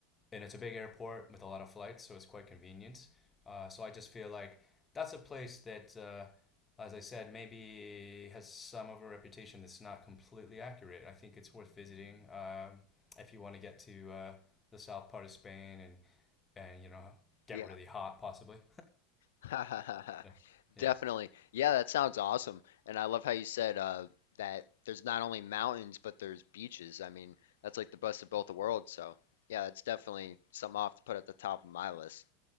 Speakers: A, on the left; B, on the left.
A: and it's a big airport with a lot of flights, so it's quite convenient. Uh, so I just feel like that's a place that, uh, as I said, maybe has some of a reputation that's not completely accurate. I think it's worth visiting um, if you want to get to uh, the south part of Spain and and you know get
B: Yeah.
A: really hot possibly.
B: <laughs>
A: <laughs> yeah, yeah,
B: Definitely. Yeah, that sounds awesome. And I love how you said uh, that there's not only mountains, but there's beaches. I mean, that's like the best of both the worlds. So, yeah, that's definitely something I'll have to put at the top of my list.